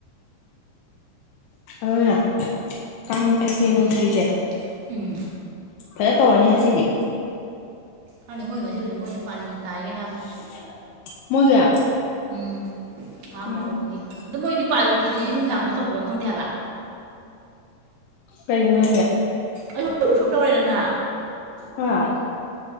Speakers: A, on the left; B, on the right.
A: <unintelligible> ꯥ ꯈ‌ꯦꯆꯤ
B: ꯕꯥꯃꯣꯟ
A: ꯅꯨꯡꯁꯤꯔꯤꯁꯦ
B: ꯎꯝ
A: ꯐꯖ ꯇꯧꯔꯅꯤ ꯉꯁꯤꯗꯤ
B: ꯈꯪꯗꯦ ꯃꯣꯏ ꯉꯁꯤꯁꯨ ꯃꯣꯏꯁꯨꯦ ꯄꯥꯂꯤ ꯇꯥꯏꯒꯦ ꯍꯥꯏꯕꯅꯤ
A: <unintelligible> ꯃꯣꯏꯒꯤ
B: ꯎꯝ ꯑꯍꯝꯕ
A: ꯎꯝ
B: ꯍꯧꯕꯒꯤ ꯑꯗꯨ ꯃꯣꯏꯗꯤ <unintelligible> ꯈ‌ꯦꯆꯤꯁꯤ ꯅꯨꯡꯗꯥꯡꯗ ꯇꯧꯕ꯭ꯔꯥ ꯈꯪꯗꯦꯕ
A: ꯀꯩꯒꯤꯅꯣ
B: ꯑꯩꯌꯨꯛ ꯎ ꯁꯣꯞ ꯇꯧꯔꯦꯗꯅ
A: ꯑꯣ